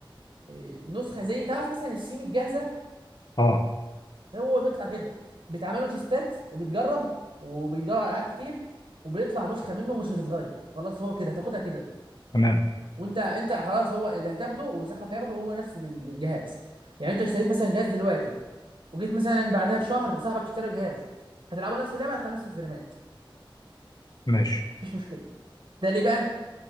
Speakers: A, on the right (about 70°); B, on the left (about 50°).
A: إيه، نسخه زي تعرف مثلا السيمي الجاهزه
B: اه
A: هو بيطلع كده بيتعملوا تيستات وبيتجرب وبيتجرب على العاب كتير وبيطلع نسخه منه مش بتتغير خلاص هو كده هتاخدها كده
B: تمام
A: وانت انت خلاص هو اللي هتاخده وصاحبك هياخده هو نفس الجهاز يعني انت اشتريت مثلا جهاز دلوقتي وجيت مثلا بعدها بشهر صاحبك اشترى جهاز هتلعبوا نفس اللعبه هتلاقوا نفس الفريمات
B: ماشي
A: مفيش مشكله ده ليه بقى